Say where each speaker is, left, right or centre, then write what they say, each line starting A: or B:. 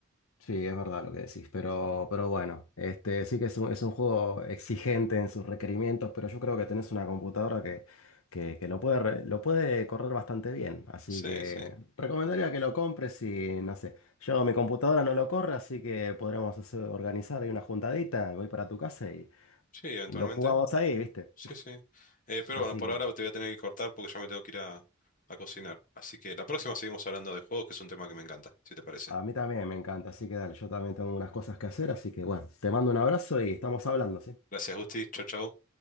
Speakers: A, on the left; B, on the left.
A: Sí, es verdad lo que decís, pero, pero bueno, este, sí que es un, es un juego exigente en sus requerimientos, pero yo creo que tenés una computadora que, que, que lo puede, re- lo puede correr bastante bien, así
B: Sí,
A: que
B: sí.
A: recomendaría que lo compres y no sé, yo mi computadora no lo corre, así que podremos hacer- organizar ahí una juntadita, voy para tu casa y,
B: Sí, eventualmente.
A: y lo jugamos ahí, ¿viste?
B: Sí, sí. Eh, pero
A: Así
B: bueno, por
A: que
B: ahora te voy a tener que cortar porque ya me tengo que ir a, a cocinar. Así que la próxima seguimos hablando de juegos, que es un tema que me encanta, si te parece.
A: a mí también me encanta, así que dale, yo también tengo unas cosas que hacer, así que bueno, te mando un abrazo y estamos hablando, ¿sí?
B: Gracias, Gusti. Chau, chau.